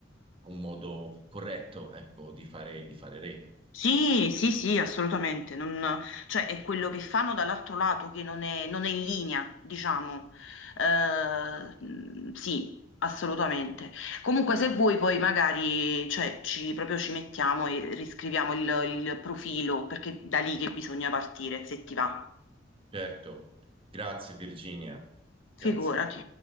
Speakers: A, on the right; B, on the left.
A: un modo corretto, ecco, di fare, di fare rete.
B: Sì, sì, sì, assolutamente. non- cioè, è quello che fanno dall'altro lato che non è, non è in linea, diciamo. Eh, mh, sì, assolutamente. Comunque, se vuoi, poi magari, cioè, ci, proprio ci mettiamo e riscriviamo il, il profilo, perché da lì che bisogna partire, se ti va.
A: Certo. Grazie Virginia. Grazie.
B: Figurati.
A: eh.